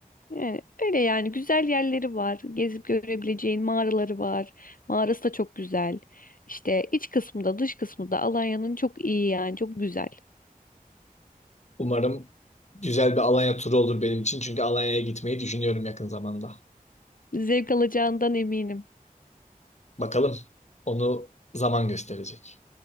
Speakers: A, on the left; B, on the left.
A: Yani öyle yani güzel yerleri var. Gezip görebileceğin mağaraları var. Mağarası da çok güzel. İşte iç kısmı da dış kısmı da Alanya'nın çok iyi yani çok güzel.
B: Umarım güzel bir Alanya turu olur benim için çünkü Alanya'ya gitmeyi düşünüyorum yakın zamanda.
A: Zevk alacağından eminim.
B: Bakalım onu zaman gösterecek.